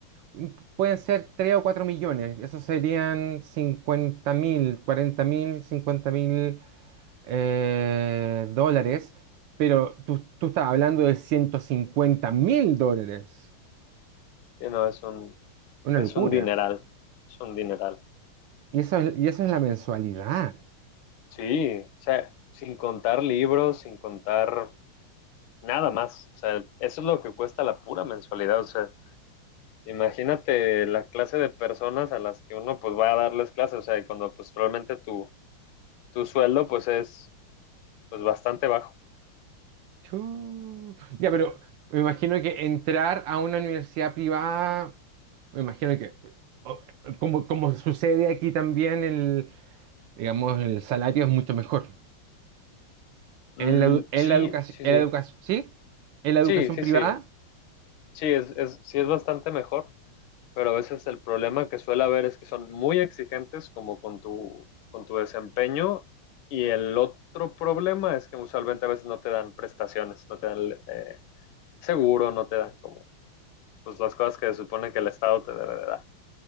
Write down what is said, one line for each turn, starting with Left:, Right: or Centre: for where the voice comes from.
Right: Mm, Pueden ser 3 o 4 millones. Esos serían cincuenta mil, cuarenta mil, cincuenta mil eh, dólares. Pero tú, tú estás hablando de ciento cincuenta mil dólares.
Left: Sí, no, es un,
Right: Una
Left: es
Right: locura.
Left: un dineral. Es un dineral.
Right: Y eso es, y eso es la mensualidad.
Left: Sí, o sea, sin contar libros, sin contar nada más. O sea, eso es lo que cuesta la pura mensualidad. O sea, imagínate la clase de personas a las que uno pues va a darles clases. O sea, y cuando pues realmente tu, tu sueldo pues es pues bastante bajo.
Right: Chu. Ya, pero me imagino que entrar a una universidad privada, me imagino que, o- como, como sucede aquí también, el, digamos, el salario es mucho mejor.
Left: Mm,
Right: En la, edu- en
Left: sí,
Right: la educación,
Left: sí,
Right: en
Left: sí.
Right: la educación, ¿sí? En la
Left: Sí,
Right: educación
Left: sí,
Right: privada,
Left: sí. Sí, es, es, sí es bastante mejor. pero a veces el problema que suele haber es que son muy exigentes como con tu, con tu desempeño y el otro problema es que usualmente a veces no te dan prestaciones, no te dan eh, seguro, no te dan como pues las cosas que se supone que el Estado te debe de dar.